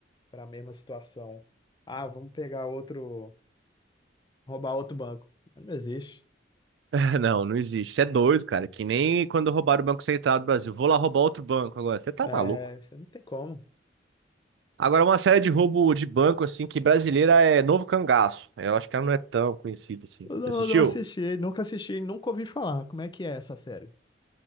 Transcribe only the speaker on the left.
para a mesma situação. Ah, vamos pegar outro, roubar outro banco. Não existe.
É,
você não tem como.
Não,
não assisti, nunca assisti, nunca ouvi falar. Como é que é essa série?